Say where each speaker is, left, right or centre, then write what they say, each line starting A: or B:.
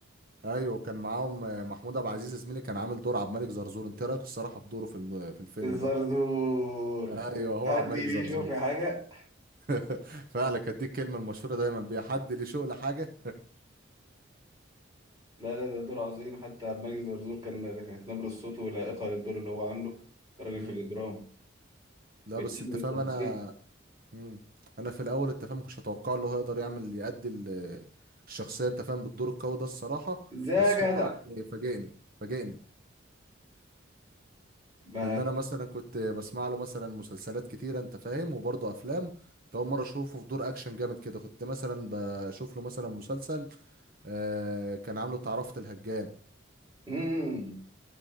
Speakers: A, on the right (about 45°); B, on the right (about 20°).
A: ايوه كان معاهم آه، محمود عبد العزيز زميلي كان عامل دور عبد الملك زرزور انت إيه رايك الصراحه في دوره في الم- في الفيلم
B: الزرزور
A: ده ايوه هو
B: حد
A: عبد
B: ليه
A: الملك زرزور
B: يشوف في حاجه
A: <laughs> فعلا كانت دي الكلمه المشهوره دايما بيها حد ليه شغل حاجه
B: لا لا ده دور عظيم حتى عبد الملك الزرزور كان كانت نبره صوته لائقه للدور اللي هو عامله كراجل
A: مم.
B: في الاجرام
A: لا
B: بيهتم
A: بس انت
B: بالتفاصيل
A: فاهم انا مم. انا في الاول انت فاهم ما كنتش اتوقع له هيقدر يعمل يأدي ال- الشخصيه انت فاهم بالدور القوي ده الصراحه
B: ازاي
A: بس
B: يا جدع
A: هو يعني فاجئني فاجئني
B: ما
A: لان انا مثلا كنت بسمع له مثلا مسلسلات كتيره انت فاهم وبرضه افلام كنت اول مره اشوفه في دور اكشن جامد كده كنت مثلا بشوف له مثلا مسلسل آه كان عامله تعرفة الهجان
B: امم